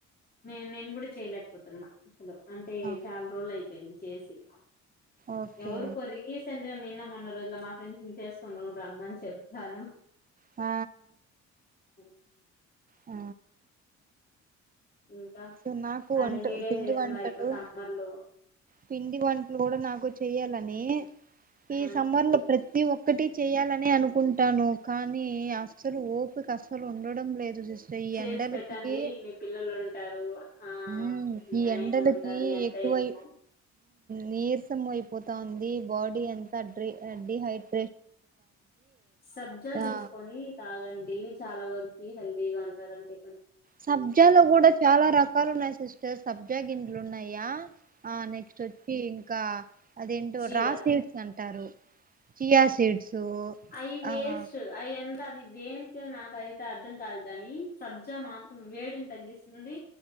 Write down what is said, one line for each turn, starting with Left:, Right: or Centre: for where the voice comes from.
Left: నే నేను కూడా చేయలేకపోతున్నా అసలు. అంటే
Right: ఆ
Left: చాలా రోజులు అయి పెంచేసి
Right: ఓకే
Left: ఎవరు కొరిగెసెన్ దు నిన్న మొన్న రోజుల మా ఫ్రెండ్స్ చేసుకొని రమ్మని చెప్పాను.
Right: ఆ
Left: ఉమ్
Right: ఆ
Left: ఇంకా
Right: సో నాకు
Left: అంటే
Right: వంట
Left: మీరేం
Right: పిండి
Left: చేస్తున్నారు
Right: వంటలు
Left: ఇప్పుడు సమ్మర్లొ
Right: పిండి వంటలు కూడా నాకు చెయ్యాలని ఈ
Left: ఆ
Right: సమ్మర్ లో ప్రతి ఒక్కటి చెయ్యాలని అనుకు కుంటాను కానీ అసలు ఓపిక అసలు ఉండడం లేదు సిస్టర్ ఈ
Left: చేసి
Right: ఎండలకి
Left: పెట్టండి మీ పిల్లలు ఉంటారు ఆ
Right: ఉమ్
Left: మీ
Right: ఈ
Left: ఆయన
Right: ఎండలకి
Left: ఉంటారు మీ అత్తయ్య
Right: ఎక్కువై
Left: ఉం
Right: నీరసం అయిపోతా ఉంది బాడీ ఎంత డిహైట్
Left: సబ్జా తీసుకొని
Right: ఆ
Left: తాగండి చాలా వరకు హెల్దీగా ఉంటారండి
Right: సబ్జలో కూడా చాలా రకాలు ఉన్నాయి సిస్టర్స్ సబ్జా గింజలు ఉన్నాయా ఆ నెక్స్ట్ వచ్చి ఇంకా అదేంటో
Left: చియా
Right: రాసీడ్స్ అం చియా సీడ్స్
Left: ఐ వేస్ట్
Right: ఆ
Left: అయిఅం తఅది దేనికి నాకైతే అర్థం కాదు కానీ సబ్జా మాత్రం వేడిని తగ్గిస్తుంది